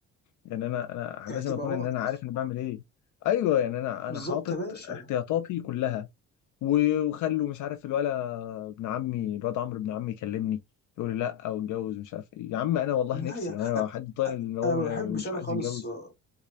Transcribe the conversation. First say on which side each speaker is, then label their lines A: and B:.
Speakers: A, on the left; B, on the left.
A: يعني انا انا
B: اعتبارات
A: لازم اكون ان انا عارف انا بعمل ايه ايوه يعني انا
B: بالظبط
A: انا حاطط
B: يا باشا
A: احتياطاتي كلها و- وخلوا مش عارف الولا ابن عمي الواد عمرو ابن عمي يكلمني يقول لي لا واتجوز مش عارف ايه يا عم انا والله
B: لا
A: نفسي
B: يا
A: يعني
B: أ-
A: انا حد طالع ان هو
B: انا ما بحبش
A: مش
B: انا
A: عايز
B: خالص
A: يتجوز
B: آه،